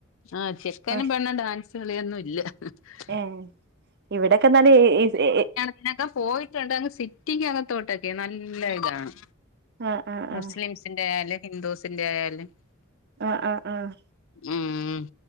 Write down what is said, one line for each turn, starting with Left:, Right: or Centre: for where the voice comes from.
Left: ആഹ് ചെക്കനും
Right: ആ
Left: പെണും ഡാൻസ് കളിയൊന്നുല്യ അഹ് അഹ്
Right: ഏഹ് ഇവടെക്കെന്നാല് എ എ എസ് എ എ
Left: പിന്നെക്ക പോയിട്ടുണ്ട് അങ്ങ് സിറ്റിക്ക് അകത്തോട്ടെക്കെ നല്ല ഇതാണ്
Right: ആ ആ
Left: മുസ്ലിംസിന്റെ
Right: ആ
Left: അല്ലെങ്കി ഹിന്ദൂസിന്റെ അല്ലെങ്കി
Right: ആഹ് ആഹ് ആഹ്
Left: ഉം